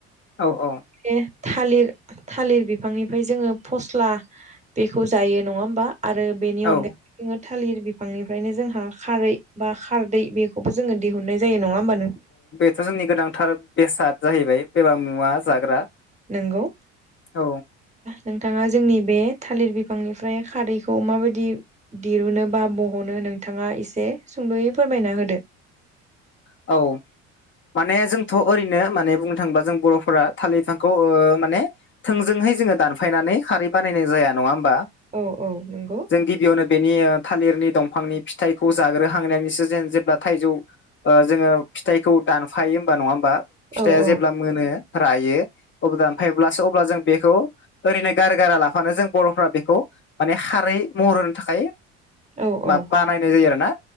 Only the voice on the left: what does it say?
औ औ
औ
स जोंनि गोनांथार बेसाद जाहैबाय बेबा मुवा जाग्रा
औ
औ माने जोंथ' ओरैनो माने बुंनो थाङोबा जों बर'फोरा थालिर बिफांखौ ओ माने थोंजोंहाय जोङो दानफायनानै खारै बानायनाय जाया नङा होमबा
जों गिबियावनो बेनि थालिरनि दंफांनि फिथाइखौ जाग्रोहांनानैसो जेन जेब्ला थाइजौ ओ जोङो फिथाइखौ दानफायो होमबा नङा होमबा फिथाइआ
जेब्ला मोनो रायो औ दानफायब्लासो अब्ला जों बेखौ ओरैनो गार गारा लाफानो जों बर'फ्रा बेखौ माने खारै महर होनो थाखाय
मा
बानायनाय जायो आरो ना